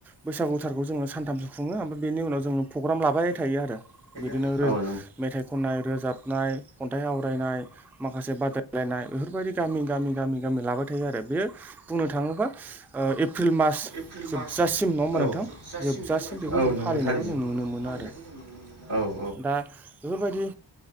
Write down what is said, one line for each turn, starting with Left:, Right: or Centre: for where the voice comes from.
Centre: बैसागुथारखौ जोङो सानथामसो खुङो ओमफ्राय बेनि उनाव जोङो प्रग्राम लाबाय थायो आरो बिदिनो
Right: आरो
Centre: नो रोजो मेथाइ खननाय रोजाबनाय खन्थाइ आवरायनाय माखासे बादाय बेफोरबायदि गामि गामि गामि गामि लाबाय थायो आरो बेयो बुंनो थाङोबा ओ एप्रिल मास
Right: एप्रिल
Centre: जोबजासिम
Right: मास
Centre: नङा होमबा
Right: औ
Centre: नोंथां
Right: जासिम
Centre: जोबजासिम
Right: नङाहोनबा नोंथां
Centre: बेखौ
Right: औ
Centre: जों
Right: नंगौ
Centre: फालिनायखौ
Right: थारैनो
Centre: जों नुनो मोनो आरो
Right: औ
Centre: दा बेफोरबायदि